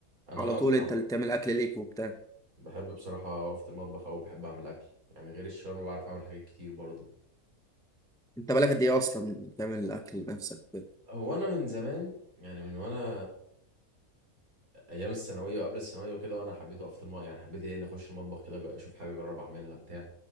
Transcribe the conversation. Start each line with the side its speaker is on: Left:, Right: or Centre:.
Right: انا
Centre: على
Right: آه،
Centre: طول
Right: بصراحه
Centre: انت اللي بتعمل اكل ليك وبتاع
Right: بحب بصراحة أقف في المطبخ أو بحب أعمل أكل يعني غير الشاورما بعرف أعمل حاجات كتير برضو
Centre: انت بالك قد ايه اصلا بتعمل الاكل لنفسك وكده؟
Right: هو أنا من زمان يعني من وأنا أيام الثانوية وقبل الثانوية وكده وأنا حبيت أقف في المطبخ يعني حبيت إيه إن أخش المطبخ كده أج- أشوف حاجة أجرب أعملها بتاع